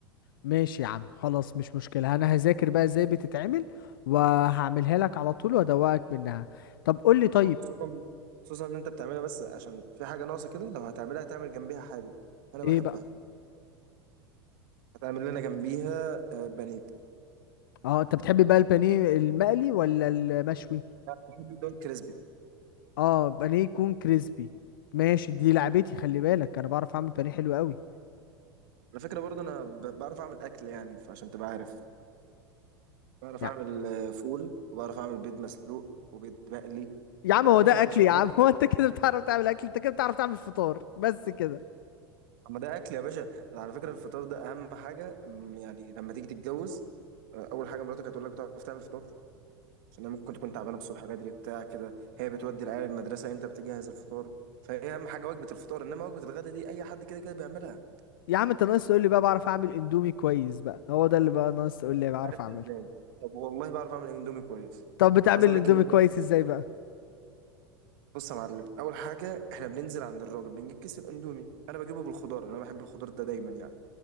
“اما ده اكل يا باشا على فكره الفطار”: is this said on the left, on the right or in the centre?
Right